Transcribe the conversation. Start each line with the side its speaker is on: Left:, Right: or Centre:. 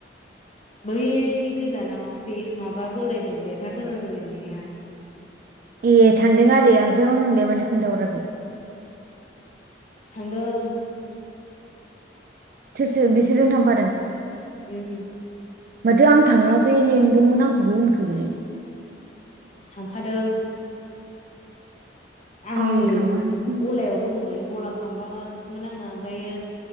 Left: बै गोजानाव बे माबा बोलायदों देरहाबोलायलायनाया
Right: ए थांदों आरो ओमफ्राय मा मोननोलाइ माथो खोन्थाहराखै
Left: थांदों
Right: सोर सोर बिसोरजों थांफादों?
Left: उम
Right: माथो आं थाङाखै लेंदोंमोन आंखौबो होनखो बेलाय
Left: थांफादों आंनो
Right: आं थाङाखै
Left: गलायाव दंमोन। गला फांगासिनोमोन आङो ओमफ्रायो